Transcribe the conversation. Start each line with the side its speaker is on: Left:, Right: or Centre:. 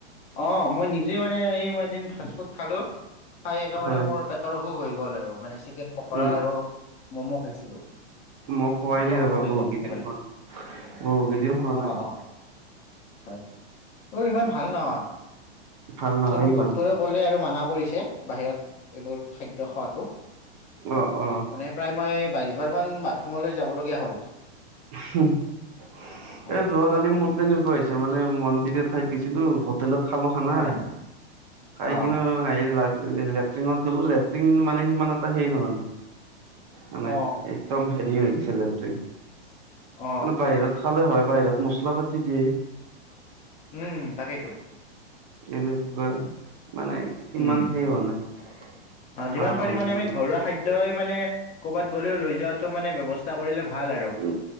Left: অ মই নিজে মানে এই এদিন ফাষ্ট ফুড খালো। খাই একেবাৰে
Right: হয়
Left: মোৰ পেটৰ অসুখ হৈ গ'ল আৰু মানে চিকেন পকৰা
Right: উম
Left: আৰু ম'ম' খাইছিলো
Right: মই শুৱাই
Left: পেটৰ
Right: নাই
Left: অসুখ
Right: ৰবা
Left: হৈ
Right: বহুকেইদিন
Left: গ'ল একেবাৰে
Right: শুৱা নাই বহুকেইদিন শুৱা
Left: অ
Right: নাই।
Left: অ হয় অ ইমান ভাল নহয়
Right: ভাল নহয়
Left: পিছে মোক
Right: ইমান
Left: ডক্তৰেও খাবলে আৰু মানা কৰিছে বাহিৰত এইবোৰ খাদ্য খোৱাটো।
Right: অ অ
Left: মানে প্ৰায় মই বাইছবাৰমান বাথৰুমলৈ যাবলগীয়া হ'ল।
Right: এ
Left: হয়
Right: যোৱাকালি মোৰ তেনেকোৱা হৈছে মানে মন্দিৰ এ ঠাইত গৈছিলো হো তেলত খালো খানা
Left: হয়
Right: খাই
Left: অ
Right: কিনে আহি লেট্ৰিনত গলো লেট্ৰিন মানে সিমান এটা হেই নহলে। মানে
Left: অ
Right: একদম হেৰি হৈ গৈছে লেট্ৰিন মানে
Left: অ
Right: বাহিৰত খালে হয় বাহিৰত মছলা পাতি দিয়ে।
Left: উম তাকেই তো।
Right: এনেকোৱা মানে সিমান
Left: উম
Right: হেৰি হোৱা নাই
Left: অ
Right: ভাল
Left: যিমান পাৰি
Right: হোৱা নাই
Left: মানে আমি ঘৰুৱা খাদ্যই মানে ক'ৰবাত গ'লেও লৈ যোৱাটো মানে ব্যৱস্থা কৰিলে ভাল আৰু
Right: উ